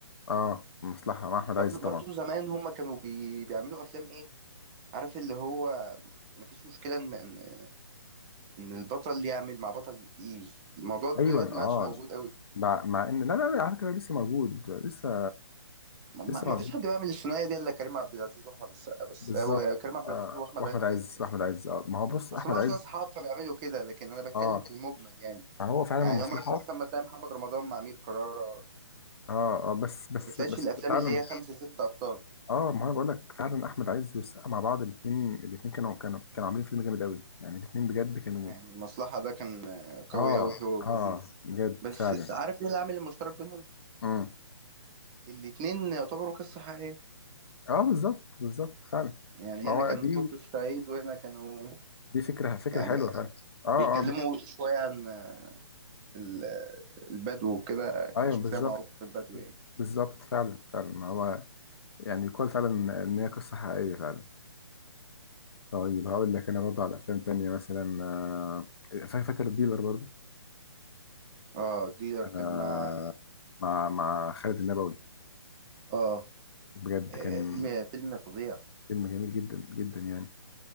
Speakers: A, on the left; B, on the right.
A: اه مصلحة مع احمد عز
B: برضو,
A: طبعا
B: برضو زمان هما كانوا بي... بيعملوا أفلام إيه عارف اللي هو مفيش مشكلة إن إن إن البطل يعمل مع بطل تقيل الموضوع ده
A: ايوه
B: دلوقتي ما
A: اه
B: عادش موجود قوي
A: مع, مع ان لا لا لا، على فكرة لسه موجود لسه
B: ما
A: لسه
B: ما
A: موجود
B: فيش حد بيعمل الثنائية دي إلا كريم عبد العزيز وأحمد السقا بس
A: بالظبط
B: أو كريم عبد
A: آه
B: العزيز وأحمد
A: واحمد
B: عز
A: عز
B: بس يعني
A: واحمد عز اه ما هو بص
B: بس
A: احمد
B: ما عشان
A: عز
B: أصحاب فبيعملوا كده لكن أنا بتكلم
A: اه
B: في المجمل يعني
A: ما هو فعلا
B: يعني
A: المصلحة
B: عمرك مثلا ما تلاقي محمد رمضان مع أمير كرارة
A: اه اه بس بس
B: ما بتلاقيش
A: بس
B: الافلام
A: فعلا
B: اللي هي خمسة ستة ابطال
A: اه ما انا بقول لك فعلا احمد عز والسقا مع بعض الاثنين الاثنين كانوا كانوا كانوا عاملين فيلم جامد قوي يعني الاثنين بجد كانوا
B: يعني المصلحة ده كان آه، قوي
A: اه
B: قوي
A: اه
B: هو والجزيرة
A: اه بجد
B: بس
A: فعلا
B: عارف ايه العامل المشترك بينهم
A: امم
B: الاتنين يعتبروا قصة حقيقية
A: اه بالظبط بالظبط فعلا
B: يعني
A: ما
B: هنا
A: هو
B: كان
A: دي
B: خط الصعيد وهنا كانوا
A: دي فكره فكره
B: يعني
A: حلوه فعلا اه
B: بيتكلموا
A: اه بت...
B: شوية عن آه، ال- آه، البدو وكده
A: ايوه
B: كانت شخصية
A: بالظبط
B: معروفة في البدو يعني
A: بالظبط فعلا فعلا ما هو يعني يقال فعلا ان هي قصه حقيقيه فعلا طيب هقول لك انا برضو على افلام تانية مثلا آه، فا- فاكر الديلر برضو
B: اه ديلر
A: انا
B: كان مع
A: مع مع خالد النبوي
B: اه
A: بجد
B: آه،
A: كان
B: فيلم فيلم فظيع
A: فيلم جميل جدا جدا يعني